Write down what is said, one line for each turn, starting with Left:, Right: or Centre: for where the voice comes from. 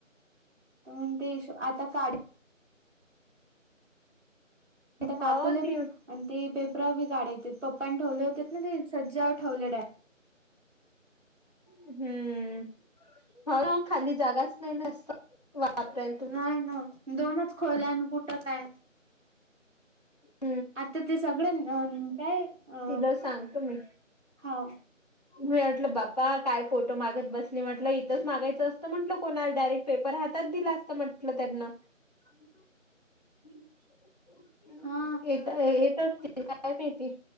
Right: अन् ते इ आता काड त्या काकूले
Left: हो ती
Right: अन् ते पेपरं बी काढायचे पप्पान ठेवले होते ना ते सज्जावर ठेवलं डाय
Left: हम्म. हा खाली जागाच नाई जास्त. वापरल
Right: नाही ना. दोनच खोल्या अन कुठं काय.
Left: ह
Right: आता ते सगळं न काय अ..
Left: तिला सांगतो मी
Right: हा..
Left: मी अटलं बाप्पा काय फोड तो मागत बसली म्हटलं, इथंच मागायचं असतं म्हटलं कोणाला डायरेक पेपर हातात दिला असता म्हटलं त्यांना. ह हम्.
Right: हा
Left: येत येत असतील काय माईती.